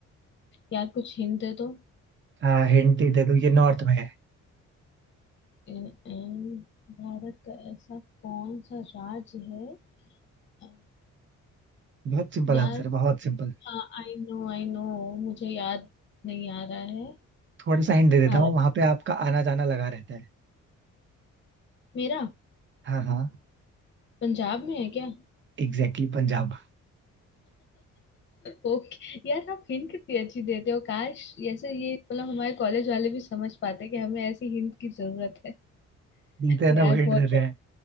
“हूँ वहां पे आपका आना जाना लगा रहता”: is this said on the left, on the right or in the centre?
Right